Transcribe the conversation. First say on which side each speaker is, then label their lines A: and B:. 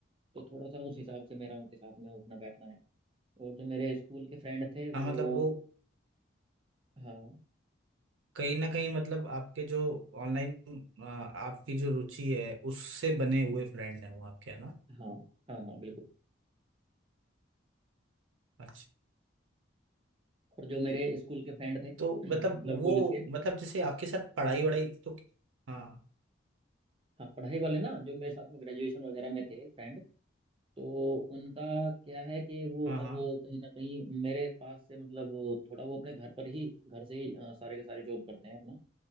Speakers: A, on the right; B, on the right.
A: तो थोड़ा सा उस हिसाब से मेरा उनके साथ में उठना बैठना है और जो मेरे स्कूल के फ्रेंड थे
B: हाँ
A: वो
B: मतलब वो
A: हाँ
B: कहीं ना कहीं मतलब आपके जो ऑनलाइन आपकी जो रुचि है उससे बने हुए फ्रेंड हैं वो आपके है ना
A: हाँ हाँ हाँ बिल्कुल
B: अच्छा
A: और जो मेरे स्कूल के फ्रेंड थे <clears throat>
B: तो मतलब
A: मतलब
B: वो
A: कॉलेज के
B: मतलब जैसे आपके साथ पढ़ाई वढ़ाई तो हाँ
A: हाँ पढ़ाई वाले ना जो मेरे साथ में ग्रेजुएशन वगैरह में थे फ्रेंड तो उनका क्या है कि वो
B: हाँ हाँ
A: अब कहीं ना कहीं मेरे पास से मतलब थोड़ा वो अपने घर पर ही घर से ही अ, सारे के सारे जॉब करते हैं अपना